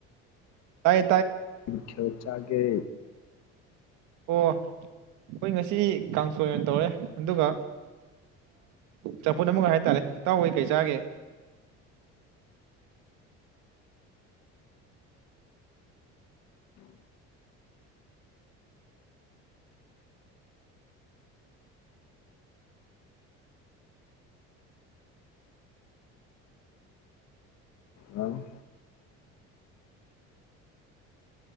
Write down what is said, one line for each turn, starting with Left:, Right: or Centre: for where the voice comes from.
Right: ꯇꯥꯏ
Left: ꯀꯔꯤ ꯃꯊꯦꯜ ꯆꯥꯒꯦ
Right: ꯑꯣ ꯑꯩꯈꯣꯏ ꯉꯁꯤ ꯀꯥꯡꯁꯣꯏ ꯑꯣꯏꯅ ꯇꯧꯔꯦ ꯑꯗꯨꯒ ꯆꯝꯐꯨꯠ ꯑꯃꯒ ꯍꯥꯏꯇꯥꯔꯦ ꯏꯇꯥꯎꯍꯣꯏ ꯀꯩ ꯆꯥꯒꯦ
Left: ꯍꯜꯂꯣ